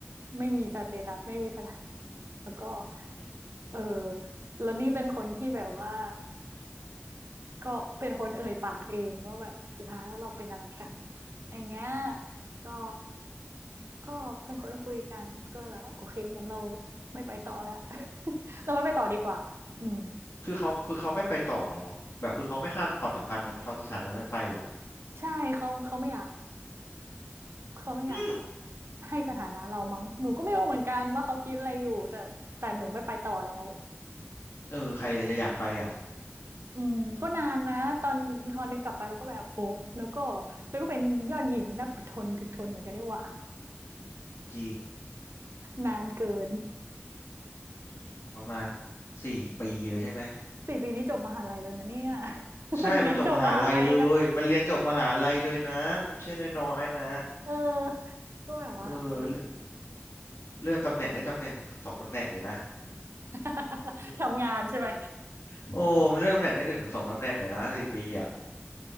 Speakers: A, on the right (about 65°); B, on the left (about 75°).
A: ไม่มีสเตตัสไม่มีสถานะแล้วก็
B: อืม
A: เออแล้วนี่เป็นคนที่แบบว่าก็เป็นคนเอ่ยปากเองว่าแบบสุดท้ายแล้วเราเป็นอะไรกันอย่างเงี้ย
B: อืม
A: ก็ ก็เป็นคนคุยกันก็แบบว่าโอเคงั้นเราไม่ไปต่อแล้ว <laughs> เราไม่ไปต่อดีกว่าอืม
B: คือเขาคือเขาไม่ไปต่อเหรอแบบคือเขาไม่ข้ามความสัมพันธ์นั้นความสถานะนั้นไปเหรอ
A: ใช่เขาเขาไม่อยากเขาไม่อยาก
B: อืม
A: ให้สถานะเรามั้งหนูก็ไม่รู้เหมือนกันว่าเขาคิดอะไรอยู่แต่แต่หนูไม่ไปต่อแล้ว
B: เออใครจะอยากไปอ่ะ
A: อืมก็นานนะตอนตอนนี้กลับไปแล้วก็แบบโหแล้วก็แล้วก็เป็นยอดหญิงนักอดทนถึกทนเหมือนกันนี่หว่า
B: จริง
A: นานเกิน
B: อืมประมาณสี่ปีเลยใช่ไหม
A: สี่ปีนี้จบมหาลัยแล้วนะเนี่ย <laughs>
B: ใช่มันจบมหาลัยเลยมันเรียนจบมหาลัยเลยนะมันไม่ใช่น้อยๆนะ
A: เรียนจบมหาลัยแล้วนะเออก็แบบว่าเออ
B: เออเลื่อนเลื่อนตำแหน่งได้ตำแหน่งสองตำแหน่งเลยนะ
A: <laughs>
B: อืม
A: ทำงานใช่ไหม
B: มัน โอ้มันเลื่อนตำแหน่งได้หนึ่งถึงสองตำแหน่งเลยนะสี่ปีอ่ะ